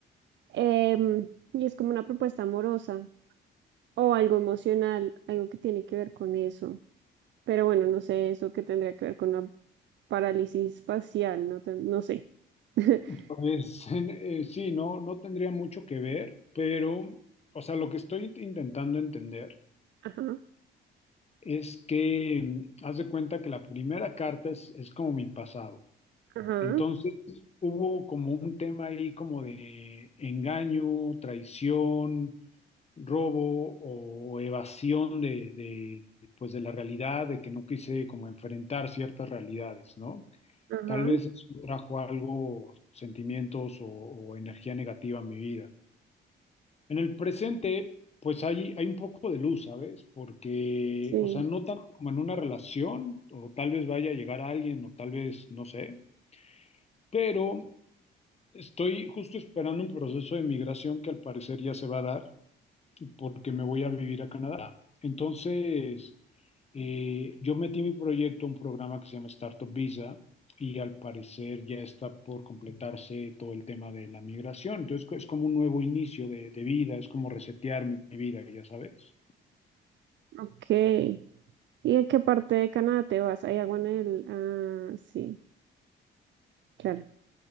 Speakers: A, on the right; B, on the left.
A: em, y es como una propuesta amorosa o algo emocional, algo que tiene que ver con eso, pero bueno, no sé eso que tendría que ver con la parálisis facial, no, te- no sé. <laughs>
B: Pues <laughs> eh, sí, no, no tendría mucho que ver, pero, o sea, lo que estoy int- intentando entender
A: Ajá,
B: es que mm, haz de cuenta que la primera carta es, es como mi pasado.
A: ajá,
B: Entonces, hubo como un tema ahí como de engaño, traición, robo o evasión de, de, pues de la realidad, de que no quise como enfrentar ciertas realidades, ¿no?
A: ajá.
B: Tal vez eso trajo algo, sentimientos o, o energía negativa a mi vida. En el presente, pues hay, hay un poco de luz, ¿sabes? Porque,
A: Sí,
B: o sea, no tanto como en una relación, o tal vez vaya a llegar a alguien, o tal vez, no sé, pero estoy justo esperando un proceso de migración que al parecer ya se va a dar porque me voy a vivir a Canadá. Entonces, eh, yo metí mi proyecto a un programa que se llama Startup Visa y al parecer ya está por completarse todo el tema de la migración. Entonces, es como un nuevo inicio de, de vida, es como resetear mi, mi vida, ya sabes.
A: ok. ¿Y en qué parte de Canadá te vas? ¿Hay agua en el...? Ah, sí, claro.